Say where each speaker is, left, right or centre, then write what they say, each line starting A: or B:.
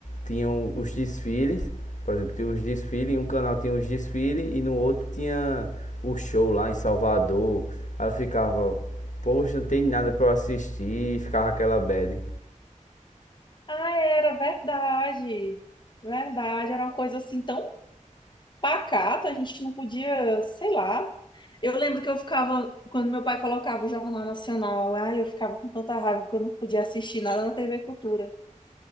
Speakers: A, on the left; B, on the left.
A: tinham os desfiles, por exemplo, tinha os desfiles, em um canal tinha os desfiles e no outro tinha o show lá em Salvador. Aí eu ficava, poxa, não tem nada pra eu assistir, e ficava aquela bad.
B: Ah, era verdade. Verdade, era uma coisa assim tão pacata, a gente não podia, sei lá. Eu lembro que eu ficava, quando meu pai colocava o Jornal Nacional, ai, eu ficava com tanta raiva porque eu não podia assistir nada na TV Cultura.